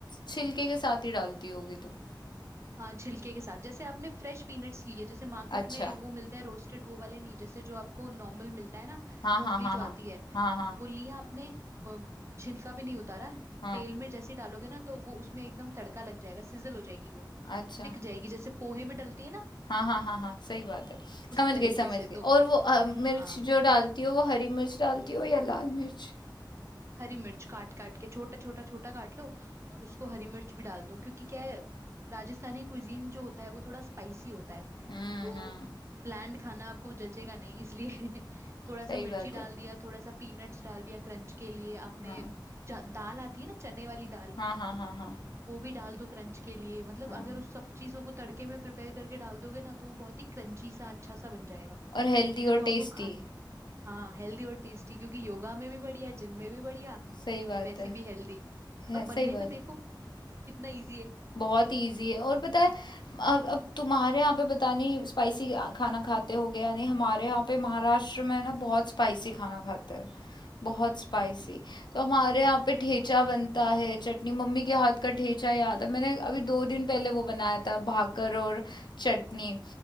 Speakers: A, on the left; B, on the right.
A: छिलके के साथ ही डालती होगी तुम
B: हाँ छिलके के साथ जैसे आपने फ्रेश पीनट्स लिए जैसे मार्केट
A: अच्छा
B: में वो मिलते हैं रोस्टेड वो वाले नहीं जैसे जो आपको नॉर्मल मिलता है ना
A: हाँ
B: मूंगफली
A: हाँ हाँ
B: जो
A: हाँ
B: आती है
A: हाँ हाँ
B: वो लिया आपने वो छिलका भी नहीं उतारा
A: हाँ
B: तेल में जैसे ही डालोगे ना तो वो उसमें एकदम तड़का लग जाएगा सिजल हो जाएगी वो
A: अच्छा
B: सिक जाएगी जैसे पोहे में डलती है ना
A: हाँ हाँ हाँ हाँ सही बात है
B: उस
A: समझ
B: तरीके
A: गई समझ
B: से
A: गई
B: तो
A: और वो अ, मिर्च
B: हाँ
A: जो डालती हो वो हरी मिर्च डालती हो या लाल मिर्च
B: हरी मिर्च काट काट के छोटा छोटा छोटा काट लो और उसको हरी मिर्च भी डाल दो क्योंकि क्या है राजस्थानी कुजीन जो होता है वो थोड़ा स्पाइसी होता है
A: हम्म
B: तो
A: हम्म
B: ब्land खाना आपको जचेगा नहीं इसलिए <laughs> थोड़ा
A: सही
B: सा मिर्ची
A: बात है
B: डाल दिया थोड़ा सा पीनट्स डाल दिया क्रंच के लिए आपने
A: हाँ
B: च- दाल आती है ना चने वाली दाल
A: हाँ हाँ हाँ हाँ
B: वो भी डाल दो क्रंच के लिए मतलब
A: हाँ
B: अगर उस सब चीजों को तड़के में प्रिपेयर करके डाल दोगे ना तो वो बहुत ही क्रंची सा अच्छा सा बन जाएगा
A: और हेल्दी
B: फिर
A: और
B: वो आपको
A: टेस्टी
B: खा हाँ हेल्दी और टेस्टी क्योंकि योगा में भी बढ़िया जिम में भी बढ़िया
A: सही बात
B: वैसे
A: है,
B: भी हेल्दी
A: है
B: और बनने
A: सही बात
B: में देखो
A: है।
B: कितना इजी है
A: बहुत इजी है और पता है अब अब तुम्हारे यहाँ पे पता नहीं स्पाइसी खाना खाते हो गया नहीं हमारे यहाँ पे महाराष्ट्र में ना बहुत स्पाइसी खाना खाते हैं बहुत
B: हम्म
A: स्पाइसी तो हमारे यहाँ पे ठेचा बनता है चटनी मम्मी के हाथ
B: हम्म
A: का ठेचा याद है मैंने अभी दो दिन पहले वो बनाया था भाकर और
B: हम्म
A: चटनी